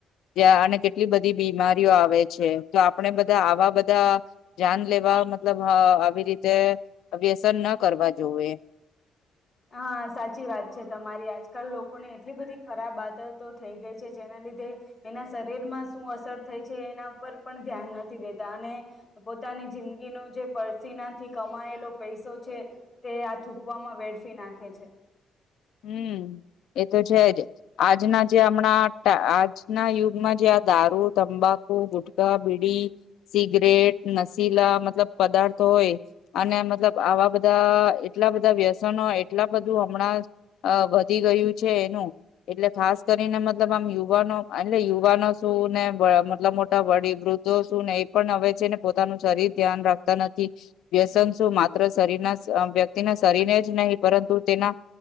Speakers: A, on the left; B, on the left.
A: ત્યાં અને કેટલી બધી બીમારી આવે છે. તો આપણે બધા આવા બધા જાન લેવા મતલબ હ આવી રીતે વ્યસન ન કરવા જોવે.
B: હા સાચી વાત છે તમારી. આજકાલ લોકોને એટલી બધી ખરાબ આદ તો થઈ ગઈ છે. જેના લ એના શરીરમાં શું અસર થાય છે. એના ઉપર પણ ધ્યાન નથી દેતા અને પોતા ની જિંદગીનો જે પરસીનાથી કમાયેલો પૈસો છે તે આ થૂકવામાં વેડ ફી નાખે છે.
A: હમ. એતો છે જ આજના જે અમણાં આજના યુગમાં જે દારૂ, તંબાકુ, ગુટખા, બીડી, સિગરેટ, નશીલા મતલબ પદાર્થ હોય અને મતલબ આવા બધા એટલા બધા વ્યસનો એટલા બધું અમણાં વધી ગયું છે. એનું એટલે ખાસ કરીને મતલબ આમ યુવાનો એટલે યુવાનો શું ને મતલબ મોટા વડી વૃદ્ધો શું ને એ પણ અવે છે ને પોતાનું શરીર ધ્યાન રાખ નથી. વ્યસન શું માત્ર શરીરના વ્યક્તિના શરીરને જ નહીં પરંતુ તેના